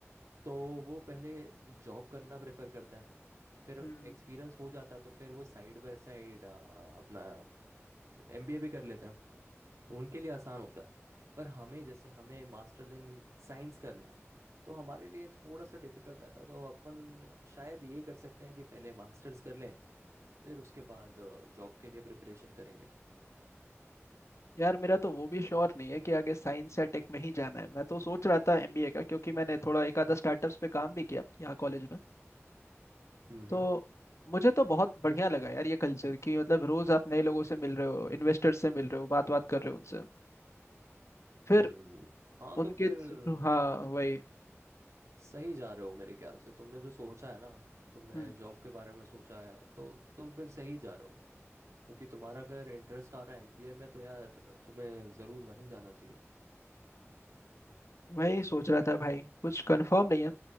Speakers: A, on the right; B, on the left.
A: तो वो पहले जॉब करना प्रेफर करते हैं फिर
B: हम्म
A: एक्सपीरियंस हो जाता है तो फिर वो साइड बाय साइड अपना एमबीए भी कर लेते हैं उनके लिए आसान होता है पर हमें जैसे हमें मास्टर्स इन साइंस करना है तो हमारे लिए थोड़ा सा डिफिकल्ट रहता है तो अपन शायद ये कर सकते हैं कि पहले मास्टर्स कर लें फिर उसके बाद जॉब के लिए प्रिपरेशन करेंगे
B: यार मेरा तो वो भी श्योर नहीं है कि आगे साइंस या टेक में ही जाना है मैं तो सोच रहा था एमबीए का क्योंकि मैंने थोड़ा एक आधा स्टार्टअप्स पे काम भी किया यहाँ कॉलेज में
A: हम्म हम्म
B: तो मुझे तो बहुत बढ़िया लगा यार ये कल्चर कि मतलब रोज आप नए लोगों से मिल रहे हो इन्वेस्टर्स से मिल रहे हो बात बात कर रहे हो उनसे फिर
A: हम्म। हाँ
B: उनके
A: तो फिर
B: थ्रू- हाँ
A: तुम
B: वही
A: सही जा रहे हो मेरे ख्याल से तुमने जो सोचा है ना तुमने
B: हम्म
A: जॉब के बारे में सोचा है तो तुम फिर सही जा रहे हो क्योंकि तुम्हारा अगर इंटरेस्ट आ रहा है एमबीए में तो यार तुम्हें ज़रूर वहीं जाना चाहिए
B: वही सोच रहा था भाई कुछ कंफर्म नहीं है